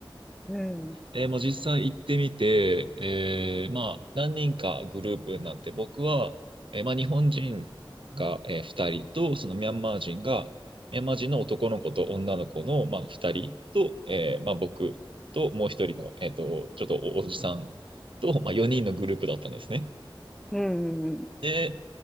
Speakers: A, in the centre; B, on the right.
A: うん。
B: えーもう実際行ってみて、えーまあ、何人かグループになって、僕は、えーまあ、日本人が、えー、2人と、そのミャンマー人が、ミャンマー人の男の子と女の子の、まあ、2人と、えーまあ、僕ともう一人の、えーと、ちょっとお、おじさんと、まあ、4人のグループだったんですね。
A: うんうんうん。
B: で、